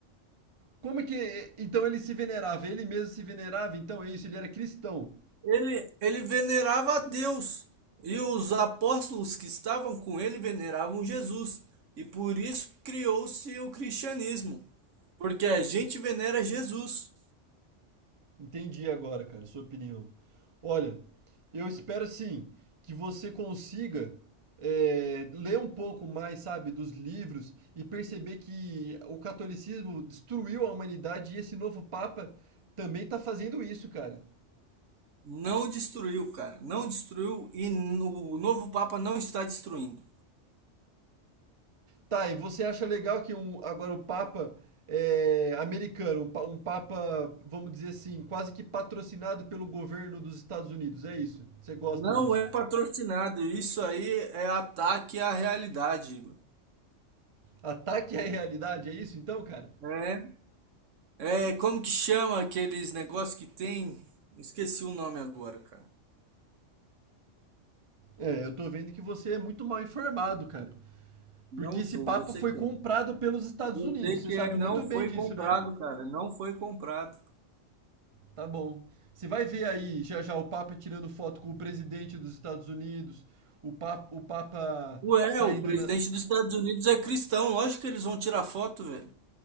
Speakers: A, on the right; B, on the right.
A: Como é que. Então ele se venerava, ele mesmo se venerava, então é isso, ele era cristão.
B: Ele, ele venerava a Deus e os apóstolos que estavam com ele veneravam Jesus. E por isso criou-se o cristianismo. Porque a gente venera Jesus.
A: Entendi agora, cara, sua opinião. Olha, eu espero sim que você consiga é, ler um pouco mais, sabe, dos livros e perceber que o catolicismo destruiu a humanidade e esse novo Papa também está fazendo isso, cara.
B: Não destruiu, cara. Não destruiu e o novo Papa não está destruindo.
A: Tá, e você acha legal que um, agora o Papa é, americano, um, pa- um Papa, vamos dizer assim, quase que patrocinado pelo governo dos Estados Unidos, é isso? Você gosta
B: Não
A: disso?
B: é patrocinado. Isso aí é ataque à realidade, Igor.
A: Ataque à realidade, é isso então, cara?
B: É, é, como que chama aqueles negócios que tem? Esqueci o nome agora, cara.
A: É, eu tô vendo que você é muito mal informado, cara.
B: Não
A: Porque
B: sou,
A: esse Papa
B: você
A: foi
B: quer.
A: comprado pelos Estados
B: Eu
A: Unidos,
B: sei
A: você
B: que
A: sabe
B: é, não
A: muito
B: foi
A: bem disso,
B: comprado,
A: né?
B: cara, não foi comprado.
A: Tá bom. Você vai ver aí já já o Papa tirando foto com o presidente dos Estados Unidos, o Papa, o Papa
B: Ué,
A: saindo
B: o presidente
A: na.
B: dos Estados Unidos é cristão, lógico que eles vão tirar foto, velho.